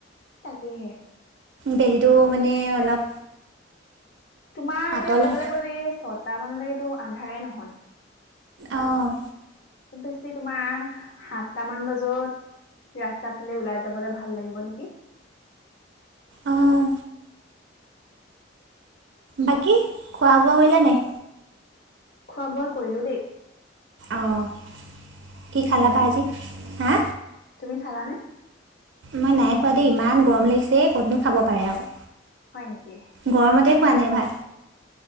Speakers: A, on the left; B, on the right.
A: তাকেহে।
B: বেলিটো মানে অলপ
A: তোমাৰ
B: পাতল
A: এতিয়া ক'বলে
B: হয়
A: গ'লে ছটা মানলৈকেতো আন্ধাৰে নহয়।
B: অ',
A: খুব বেছি তোমাৰ, সাতটামান বাজত ৰাস্তাৰ ফালে ওলাই যাবলৈ, ভাল লাগিব নেকি?
B: অঁহ। বাকী, খোৱা-বোৱা কৰিলা নাই?
A: খোৱা-বোৱা কৰিলোঁ, দেই।
B: অঁ,
A: তুমি
B: কি খালা
A: খালানে?
B: ভাজি হা
A: তুমি খালানে?
B: মই নাই খোৱা, দেই। ইমান গৰম লাগিছে, ক'তনো খাব পাৰে, আৰু।
A: হয় নেকি?
B: গৰমতে খোৱা নাই ভাত